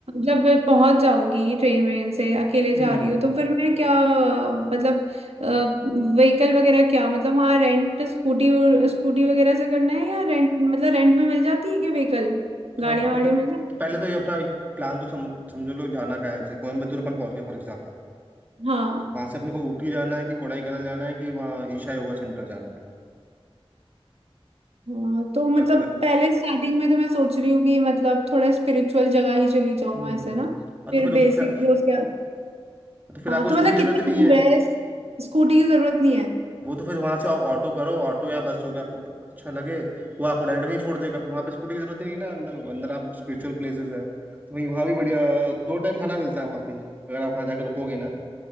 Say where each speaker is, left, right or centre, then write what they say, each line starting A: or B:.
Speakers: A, on the right; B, on the right.
A: जब मैं पहुंच जाऊंगी ट्रेन वेन से अकेले
B: हम्म
A: जा रही हूँ तो फिर मैं क्या मतलब व्हीकल वगैरह क्या मतलब वहां रेंट स्कूटी स्कूटी वगैरह से करना है या रेंट मतलब रेंट में मिल जाती है क्या व्हीकल
B: हाँ
A: गाड़ियां
B: मतलब
A: वाड़ियां मिल जाती
B: तो पहले
A: हैं?
B: तो ये अपना प्लान तो सम, समझो लोग जाना कहाँ है जैसे कोयम्बतूर अपन पहुंच गए फॉर एग्जाम्पल
A: हाँ
B: वहां से अपने को ऊटी जाना है कि कोडाईकनाल जाना है कि वहाँ ईशा योगा सेंटर जाना है
A: हाँ तो मतलब
B: अ-
A: पहले स्टार्टिंग में तो मैं सोच रही हूँ कि मतलब थोड़ा स्पिरिचुअल जगह ही चली जाऊँ
B: हम्म
A: ऐसे ना
B: हाँ
A: फिर
B: तो फिर
A: बेसिक
B: फिर-
A: भी उसके बाद
B: तो फिर
A: हाँ
B: आपको
A: तो
B: स्कूटी
A: मतलब
B: की
A: कितना
B: जरूरत ही नहीं
A: दूर
B: है
A: है स्कूटी की जरूरत नहीं है
B: वो तो फिर वहां से ऑ- ऑटो करो ऑटो या बस जो भी आपको अच्छा लगे वो आपको डायरेक्ट वहीं छोड़ देगा फिर वहां पे स्कूटी की जरूरत ही नहीं ना अंदर अंदर आप स्पिरिचुअल प्लेसेस है तो वहीं वहाँ भी बढ़िया दो टाइम खाना मिलता है वहाँ भी अगर आप वहाँ जाके रुकोगे ना